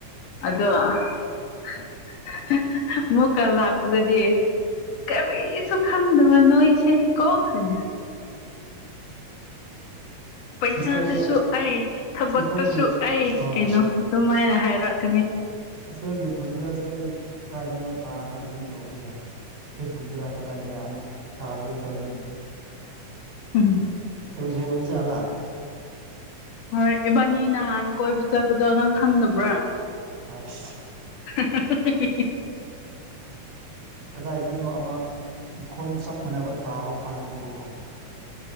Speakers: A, on the left (about 80°); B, on the right (about 55°).
A: ꯑꯗꯣ ꯑꯃꯨꯛꯀ ꯂꯥꯛꯄꯗꯗꯤ ꯀꯔꯤꯁꯨ ꯈꯪꯗꯕ ꯅꯣꯏꯁꯦ ꯀꯣ ꯍꯨꯅꯦ ꯄꯩꯁꯥꯗꯁꯨ
B: ꯁꯤꯁꯇꯔꯁꯦ
A: ꯑꯩ ꯊꯕꯛꯇꯁꯨ
B: ꯁꯤꯁꯇꯔꯒꯤ
A: ꯑꯩ
B: ꯍꯣꯏ
A: ꯀꯩꯅꯣ ꯑꯗꯨꯝꯃꯥꯏꯅ ꯍꯥꯏꯔꯛꯀꯅꯤ
B: ꯁꯤꯁꯇꯔꯒꯤ ꯈꯣꯟꯖꯦꯜꯁꯦ ꯑꯩ ꯀꯥꯏꯗꯅꯣ ꯇꯥꯈ꯭ꯔꯕꯒꯨꯝ ꯇꯧꯈ꯭ꯔꯦꯗ ꯐꯦꯁꯕꯨꯛꯇꯔ ꯀꯗꯥꯏꯗꯔ ꯑꯃꯨꯛ ꯇꯥꯕꯒꯨꯝ ꯇꯧꯋꯤꯅꯦ
A: ꯎꯝ
B: ꯑꯣꯏꯕꯨ ꯑꯣꯏ ꯖꯥꯠꯂꯥ
A: ꯍꯣꯏ ꯏꯕꯥꯅꯤ ꯅꯍꯥꯟ ꯀꯣꯏꯕ ꯆꯠꯄꯗꯣ ꯅꯪ ꯈꯪꯗꯕ꯭ꯔꯥ
B: ꯑꯁ
A: <unintelligible>
B: ꯀꯗꯥꯏꯗꯅꯣ ꯑꯃ ꯃꯈꯣꯟ ꯆꯞ ꯃꯥꯟꯅꯕ ꯇꯥꯕ ꯐꯪꯈ꯭ꯔꯕꯀꯣ